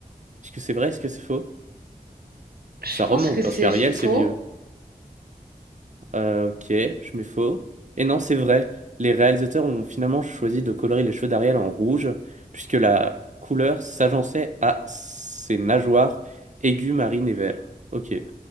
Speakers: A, on the right; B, on the right.
A: Est-ce que c'est vrai? Est-ce que c'est faux?
B: Je
A: Ça
B: pense
A: remonte
B: que c'est
A: parce qu'Ariel
B: faux.
A: c'est vieux. Euh, ok, je mets faux. Et non, c'est vrai. Les réalisateurs ont finalement choisi de colorer les cheveux d'Ariel en rouge, puisque la couleur s'agençait à ses nageoires aiguës, marines et verts. Ok,